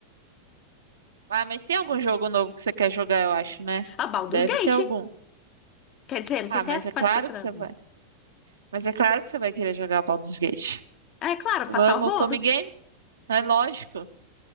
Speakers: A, on the right; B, on the left.
A: ah, mas tem algum jogo novo que você quer jogar, eu acho, né?
B: A Baldur's
A: Deve
B: Gate.
A: ter algum.
B: Quer dizer, não
A: Ah,
B: sei se
A: mas
B: é.
A: é claro
B: Pode ser que eu.
A: que você vai. Mas é claro que você vai querer jogar Baldur's Gate.
B: É claro,
A: Tu
B: passar
A: ama
B: o rodo.
A: o Tommy Game? É lógico.